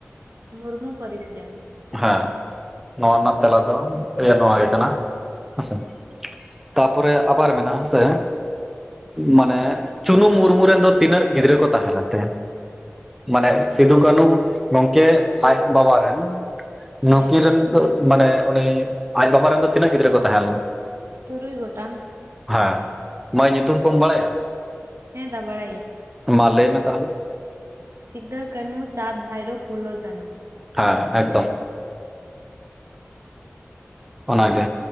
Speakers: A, on the right; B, in the centre.
A: ᱢᱩᱨᱢᱩ ᱯᱟᱹᱨᱤᱥ ᱨᱮᱱ᱾
B: ᱦᱮᱸ ᱱᱚᱣᱟ ᱨᱮᱱᱟᱜ ᱛᱮᱞᱟ ᱫᱚ ᱤᱭᱟᱹ ᱱᱚᱣᱟ ᱜᱮ ᱠᱟᱱᱟ ᱦᱮᱸ ᱥᱮ᱾ ᱛᱟᱯᱚᱨᱮ
A: ᱦᱳᱭ
B: ᱟᱵᱟᱨ ᱢᱮᱱᱟᱜ-ᱟ, ᱦᱮᱸ ᱥᱮ᱾ ᱢᱟᱱᱮ ᱪᱩᱱᱩᱢ ᱢᱩᱨᱢᱩ ᱨᱮᱱ ᱫᱚ ᱛᱤᱱᱟᱹᱜ ᱜᱤᱫᱽᱨᱟᱹ ᱠᱚ ᱛᱟᱦᱮᱸ ᱞᱮᱱ ᱛᱟᱭᱟ? ᱢᱟᱱᱮ ᱥᱤᱫᱩ ᱠᱟᱹᱱᱩ ᱜᱚᱝᱠᱮ ᱟᱡ ᱵᱟᱵᱟ ᱨᱮᱱ? ᱱᱚᱣᱟ
A: ᱦᱮᱸ
B: ᱠᱤᱱ ᱨᱮᱱ ᱫᱚ ᱢᱟᱱᱮ ᱩᱱᱤ ᱟᱡ ᱵᱟᱵᱟ ᱨᱮᱱ ᱫᱚ ᱛᱤᱱᱟᱹᱜ ᱜᱤᱫᱽᱨᱟᱹ ᱠᱚ ᱛᱟᱦᱮᱸ ᱞᱮᱱᱟ?
A: ᱛᱩᱨᱩᱭ ᱜᱚᱴᱟᱝ᱾
B: ᱦᱮᱸ, ᱢᱟᱹᱭ ᱧᱩᱛᱩᱢ ᱠᱚᱢ ᱵᱟᱲᱟᱭᱟ?
A: ᱦᱮᱸ ᱫᱟ ᱵᱟᱲᱟᱭᱟᱹᱧ।
B: ᱢᱟ ᱞᱟᱹᱭ ᱢᱮ ᱛᱟᱦᱚᱞᱮ
A: ᱥᱤᱫᱟᱹ ᱠᱟᱱᱩ ᱪᱟᱸᱫᱽ ᱵᱷᱟᱭᱨᱚ ᱯᱷᱩᱞᱳ ᱡᱷᱟᱱᱚ
B: ᱦᱮᱸ ᱮᱠᱫᱚᱢ ᱚᱱᱟᱜᱮ